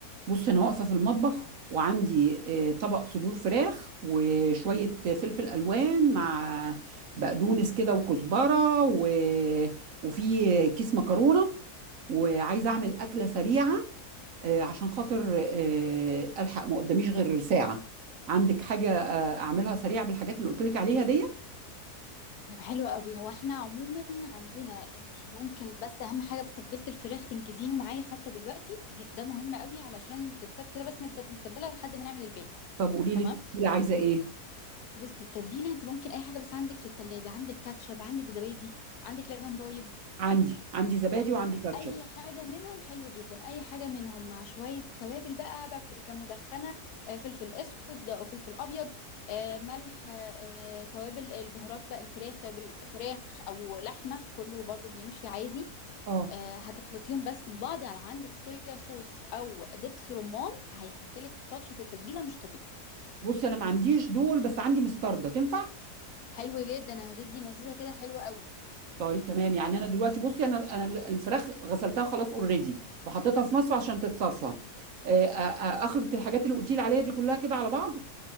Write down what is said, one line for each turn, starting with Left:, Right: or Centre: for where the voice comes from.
Right: بص انا واقفه في المطبخ وعندي آه، طبق صدور فراخ وشويه فلفل الوان مع بقدونس كده وكزبره و... وفي كيس مكرونه وعايزه اعمل اكله سريعه آه، عشان خاطر آه، الحق ما قداميش غير ساعه عندك حاجه آه، اعملها سريعه بالحاجات اللي قلت لك عليها دي
Left: طب حلو قوي هو احنا عموما عندنا انتي ممكن بس اهم حاجه بس تتبيله الفراخ تنجزيها معايا حتى دلوقتي دي ده مهم قوي علشان تتساب كده بس متد- متبله لحد ما نعمل الباقي
Right: طب قولي
Left: تمام
Right: لي التتبيلة عايزه ايه
Left: بصي التتبيله انتي ممكن اي حاجه بس عندك في التلاجة عندك كاتشب عندك زبادي عندك لبن رايب
Right: عندي عندي زبادي وعندي كاتشب
Left: اي حاجه منهم حلو جدا اي حاجه منهم مع شويه توابل بقى بابريكا مدخنه آه، فلفل اسود او فلفل ابيض آه، ملح آه، توابل البهارات بقى الفراخ توابل فراخ او لحمه كله برضو بيمشي عادي
Right: اه
Left: آه، هتخلطيهم بس ببعض على عندك صويا صوص او دبس رمان هيحط لك تاتش في التتبيله مش طبيعي
Right: بص انا ما عنديش دول بس عندي مستردة تنفع
Left: حلو جدا هتدي مزازه كده حلوه قوي
Right: طيب تمام يعني انا دلوقتي بصي انا انا الفراخ غسلتها خلاص اوريدي وحطيتها في مصفى عشان تتصفى آه، آه، آه، اخلط الحاجات اللي قلتي لي عليها دي كلها كده على بعض